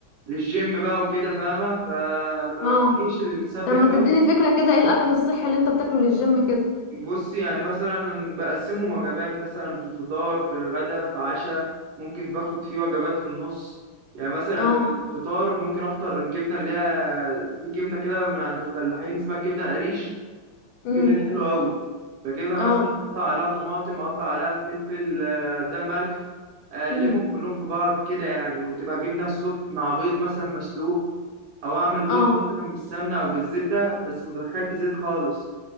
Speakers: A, on the right (about 70°); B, on the left (about 80°).
A: للجيم بقى وكده فاهمه فما
B: اه
A: بتجيش للمسبك
B: طب ما تديني
A: قوي
B: فكرة كده ايه الاكل الصحي اللي انت بتاكله للجيم كده
A: بص يعني مثلا بقسمهم وجبات مثلا في الفطار في الغدا في عشاء ممكن باخد فيه وجبات في النص يعني مثلا
B: اه
A: الفطار ممكن افطر الجبنه اللي هي في جبنه كده من عند الفلاحين اسمها الجبنه القريش
B: امم
A: الجبنه دي حلوه قوي بجيبها مثلا
B: اه
A: اقطع عليها طماطم اقطع عليها فلفل آه، ده ملح اقلبهم
B: امم
A: كلهم في بعض كده يعني وتبقى جبنه الصبح مع بيض مثلا مسلوق او اعمل بيض
B: اه
A: مثلا بالسمنه او بالزبده بس ما بدخلش زيت خالص